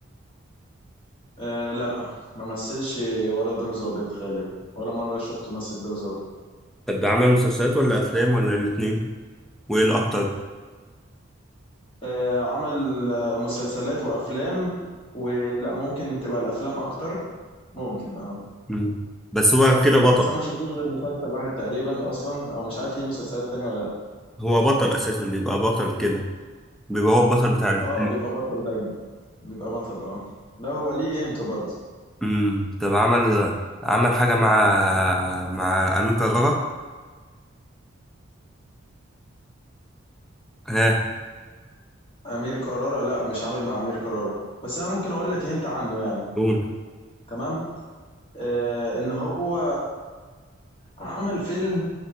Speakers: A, on the left; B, in the centre.
A: أه لا ما مثلش ولا دور ظابط غالبا ولا مرة شفته مثل دور ظابط
B: طب ده عمل مسلسلات ولا افلام ولا الاتنين وايه الاكتر
A: أه عمل آه، مسلسلات وأفلام ولا ممكن تبقى الأفلام أكتر ممكن اه
B: مم. بس هو كده بطل
A: بس أنا ما شفتوش غير مسلسل واحد تقريبا أصلا أو مش عارف ليه مسلسلات تانية ولا لأ
B: هو بطل اساسا بيبقى بطل كده بيبقى هو البطل بتاع ال-
A: اه بيبقى بطل دايما بيبقى بطل اه لا هو ليه قيمته برضه
B: امم طب عمل عمل حاجة مع مع أمين كرارة ها
A: أمير كرارة لا مش عامل مع أمير كرارة بس أنا ممكن أقول لك هنت عنه يعني
B: قول
A: تمام آه إن هو عمل فيلم